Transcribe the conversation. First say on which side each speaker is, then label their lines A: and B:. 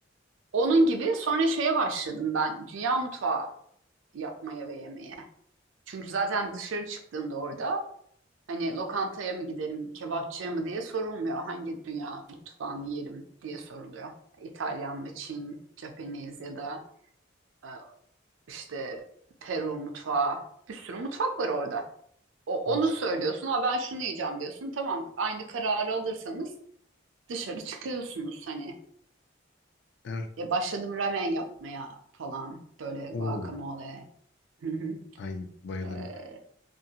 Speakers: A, on the right; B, on the left.
A: Onun gibi sonra şeye başladım ben. Dünya mutfağı yapmaya ve yemeye. Çünkü zaten dışarı çıktığında orada hani lokantaya mı gidelim, kebapçıya mı diye sorulmuyor. Hangi dünya mutfağını yiyelim diye soruluyor. İtalyan mı, Çin, Japanese ya da e, işte Peru mutfağı. Bir sürü mutfak var orada. O,
B: Evet.
A: onu söylüyorsun. Ha ben şunu yiyeceğim diyorsun. Tamam aynı kararı alırsanız dışarı çıkıyorsunuz hani.
B: Evet.
A: E, başladım ramen yapmaya falan böyle
B: Oo.
A: guacamole. <laughs>
B: Ay bayılırım.
A: Ee,